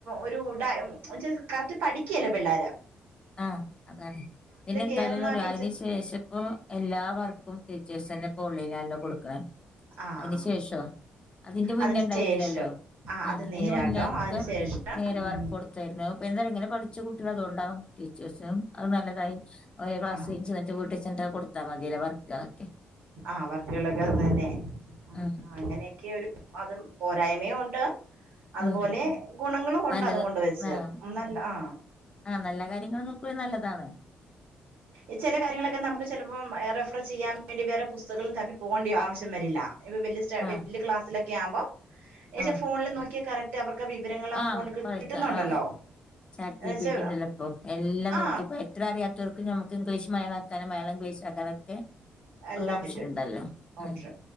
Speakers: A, on the right; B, on the left.
A: ഒരു ഉട കറക്റ്റ് പഠിക്കല്ല പിള്ളോര്
B: ആഹ് അതാണ് പിന്നെ എന്തായാലും
A: കേറുന്ന
B: ഒര്
A: ടീച്ചർ
B: അതിന്ശേഷഇപ്പോ എല്ലാ വർക്കും ടീച്ചേഴ്സ് തന്നെ പോളിലല്ലോ കൊടുക്കണ
A: ആഹ്
B: അതിന് ശേഷവ അതിന്റെ മുന്നേ
A: അതിന്
B: ഉണ്ടായിരുന്നില്ലല്ലോ
A: ശേഷം ആഹ്
B: ഉം
A: അത്
B: അതിന്റെ
A: നേരാട്ടോ
B: മുന്ന അവർക്ക്
A: അതിന് ശേഷം
B: നേരെ
A: ഉം
B: വർക്ക് കൊടു തരുന്നു പിള്ളേര് ഇങ്ങനെ പഠിച്ച കുട്ടികൾ അത് ഉണ്ടാവും ടീച്ചേഴ്‌സിനും അത് നല്ലതായി ഒരേ ക്ലാസി
A: ആഹ്
B: ചെന്നിട്ട് വീട്ടിചെന്നിട്ട് കൊടുത്താ മതിയല്ല വർക്ക്കളൊക്കെ
A: അവർക്കിളക അത് തന്നെ ആഹ്
B: ഉം
A: അങ്ങനെയൊക്കെ ഒരു അതും പോരായ്മയും ഉണ്ട് അതുപോലെ
B: ഉം
A: ഗുണങ്ങളും ഉണ്ട്
B: നല്ലത്
A: അതുകൊണ്ട് വെച്ച്
B: ആഹ്
A: നല്ല ആ
B: ആഹ് നല്ല കാര്യങ്ങൾ നോക്കുവ നല്ലതാണ്
A: ആഹ് ചെല കാര്യങ്ങളൊക്കെ നമുക്ക് ചിലപ്പോ റെഫറ് ചെയ്യാൻ വേണ്ടി വേറെ പുസ്തകങ്ങളും തപ്പി പോകേണ്ടി ആവശ്യം വരില്ല ചെലപ്പം
B: ആഹ്
A: വലിയ ക്ലാസിലൊക്കെ ആകുമ്പോ ഏച്ച
B: ആഹ്
A: ഫോണിൽ നോക്കിയ കറക് മറ്റ അവർക്ക് വിവരങ്ങള ആ
B: ആഹ്
A: ഫോണിൽ കിട്ടുന്നുണ്ടല്ലോ
B: പഠിക്കാം ആഹ് ചാറ്റ്
A: എന്നുവെച്ചാ
B: ജി പി ടി ഇണ്ടല്ലോ ഇപ്പൊ എല്ലാം
A: ആ
B: നോക്കിപ്പോ ഇത്ര അറിയാത്തവർക്ക്‌ നമുക്ക് ഇംഗ്ലീഷ് മലയാളക്കാനും മലയാളം ഇംഗ്ലീഷ് ആക്കാനൊക്കെ
A: എല്ലാം
B: ഒരു ഓപ്ഷൻ
A: പറ്റും
B: ഉണ്ടല്ലോ
A: ഓപ്ഷൻ
B: ഉം